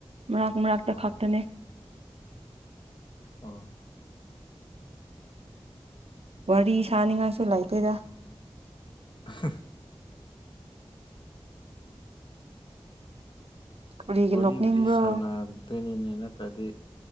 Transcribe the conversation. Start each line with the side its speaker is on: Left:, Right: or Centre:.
Right: ꯃꯔꯛ ꯃꯔꯛꯇ
Left: ꯑꯣ
Right: ꯈꯛꯇꯅꯦ
Left: ꯑꫭ
Right: ꯋꯥꯔꯤ ꯁꯥꯅꯤꯡꯉꯥꯏꯁꯨ ꯂꯩꯇꯦꯗ
Left: <unintelligible>
Right: ꯀꯔꯤꯒꯤ
Left: ꯋꯥꯔꯤꯕꯨꯗꯤ
Right: ꯅꯣꯛꯅꯤꯡꯕ꯭ꯔꯣ
Left: ꯁꯥꯟꯅꯗꯣꯏꯅꯤꯅꯦ ꯅꯠꯇ꯭ꯔꯗꯤ